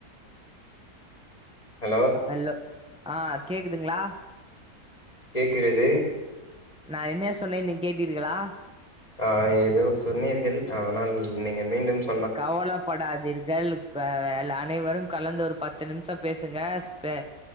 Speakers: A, on the left (about 25°); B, in the centre.
A: ஹலோ
B: அல்லோ ஆ கேக்குதுங்களா
A: கேட்கிறது
B: நா என்ன சொன்னேனு நீங்க கேட்டீர்களா
A: ஆ ஏதோ சொன்னீர்கள் ஆனால் நீங்க மீண்டும் சொல்
B: கவலப்படாதீர்கள் ப எல் அனைவரும் கலந்து ஒரு பத்து நிமிஷோ பேசுங்கஸ் பே